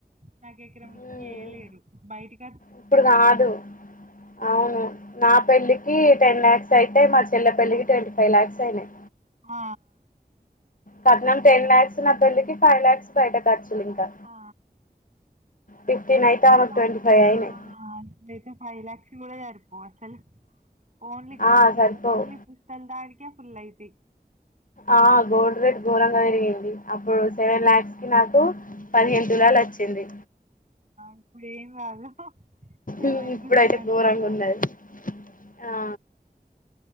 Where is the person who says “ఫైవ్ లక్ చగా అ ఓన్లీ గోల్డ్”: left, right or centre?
Right